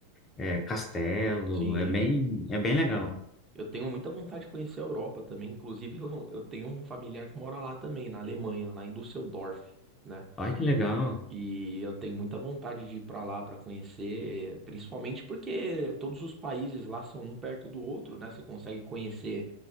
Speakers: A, on the left (about 20°); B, on the right (about 25°).
A: é, castelo,
B: Sim,
A: é bem, é bem legal.
B: Eu tenho muita vontade de conhecer a Europa também. Inclusive, eu, eu tenho um familiar que mora lá também, na Alemanha, lá em Düsseldorf, né?
A: Olha que legal,
B: E eu tenho muita vontade de ir pra lá pra conhecer, principalmente porque todos os países lá são um perto do outro, né? Você consegue conhecer